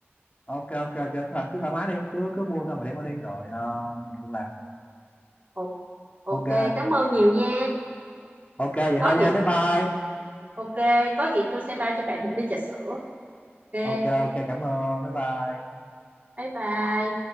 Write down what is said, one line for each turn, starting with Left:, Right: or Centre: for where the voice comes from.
Left: ok ok ok thôi cứ thoải mái đi cứ cứ mua xong rồi đem qua đi rồi ờ, mình cùng làm
Right: Ồ, ok
Left: ok
Right: cảm ơn nhiều nha
Left: ok vậy
Right: có
Left: thôi
Right: gì
Left: nha bye bye
Right: ok có gì tôi sẽ bao cho bạn một ly trà sữa ok
Left: ok ok cảm ơn bye bye
Right: bye bye